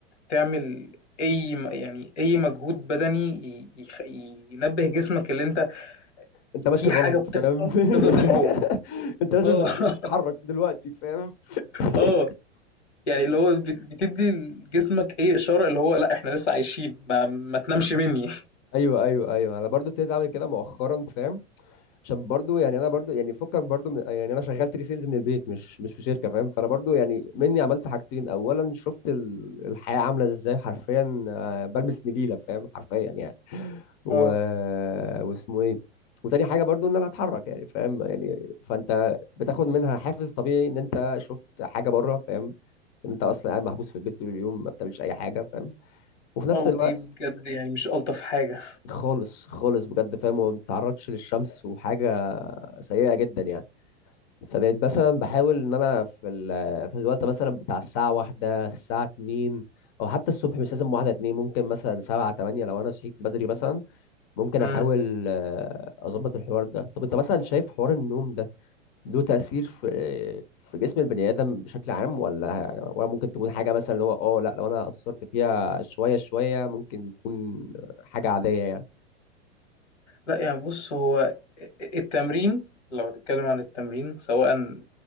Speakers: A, on the left; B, on the left.
A: تعمل اي م- يعني اي مجهود بدني ي- يخ- ينبه جسمك اللي انت
B: انت ماشي
A: في
B: غلط
A: حاجة بتحصل
B: فاهم
A: تفضل زي ما هو
B: <laughs> انت لازم
A: اه <laughs>
B: لازم تتحرك دلوقتي فاهم <laughs>
A: اه يعني اللي هو بت- بتدي لجسمك اي اشارة اللي هو لا احنا لسه عايشين ما, ما تنامش مني
B: ايوه ايوه ايوه انا برضو ابتديت اعمل كده مؤخرا فاهم عشان برضو يعني انا برضو يعني فكك برضو من يعني انا شغال تري سيلز من البيت مش مش في شركه فاهم فانا برضو يعني مني عملت حاجتين اولا شفت ال- الحياه عامله ازاي حرفيا آه، بلبس نجيله فاهم حرفيا يعني و...
A: اه
B: واسمه ايه وتاني حاجه برضو ان انا اتحرك يعني فاهم يعني فانت بتاخد منها حافز طبيعي ان انت شفت حاجه بره فاهم انت اصلا قاعد محبوس في البيت طول اليوم ما بتعملش اي حاجه فاهم وفي نفس
A: او
B: الوقت
A: دي بجد يعني مش الطف حاجة
B: خالص خالص بجد فاهم وما بتتعرضش للشمس وحاجة سيئة جدا يعني فبقيت مثلا بحاول ان انا في ال... في الوقت مثلا بتاع الساعة واحدة الساعة اتنين او حتى الصبح مش لازم واحدة اتنين ممكن مثلا سبعة تمانية لو انا صحيت بدري مثلا ممكن
A: مم.
B: احاول آه، اظبط الحوار ده طب انت مثلا شايف حوار النوم ده له تأثير في في جسم البني آدم بشكل عام ولا ولا ممكن تكون حاجة مثلا اللي هو اه لا لو انا قصرت فيها شوية شوية ممكن يكون حاجة عادية يعني
A: لأ يعني بُص، هو أ التمرين لو هتتكلم عن التمرين سواءً